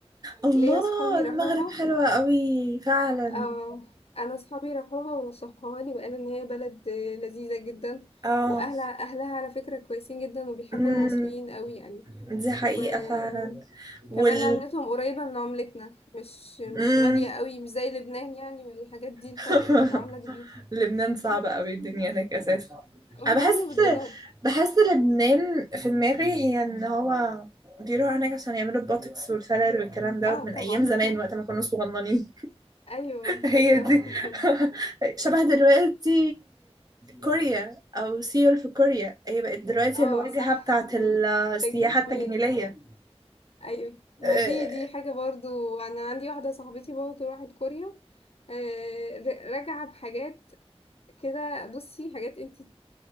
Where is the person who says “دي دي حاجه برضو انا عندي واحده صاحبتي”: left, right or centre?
Left